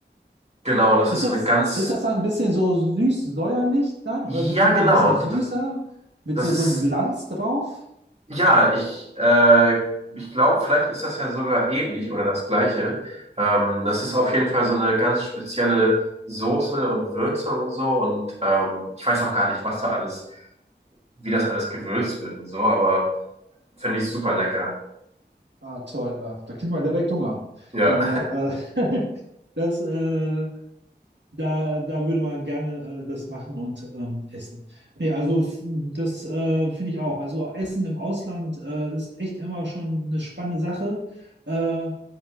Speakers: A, on the right (about 35°); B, on the right (about 75°).
A: genau, das
B: ist
A: ist
B: das,
A: so eine ganz,
B: ist das dann ein bisschen so süß-säuerlich dann?
A: ja,
B: Oder ein bisschen,
A: genau,
B: ein bisschen süßer?
A: das,
B: Mit
A: das
B: so, so
A: ist
B: einem Glanz drauf?
A: Ja, ich, äh, ich glaube, vielleicht ist das ja sogar ähnlich oder das Gleiche. Ähm, das ist auf jeden Fall so eine ganz spezielle Soße und Würzung und so. Und ähm, ich weiß auch gar nicht, was da alles, wie das alles gewürzt wird und so, aber finde ich super lecker.
B: Ah, toll. Ah, da kriegt man direkt Hunger.
A: Ja,
B: Naja, äh, <laughs> das, äh, da, da würde man gerne äh, das machen und ähm, essen. Nee, also f- das äh, finde ich auch. Also Essen im Ausland äh, ist echt immer schon eine spannende Sache. Äh,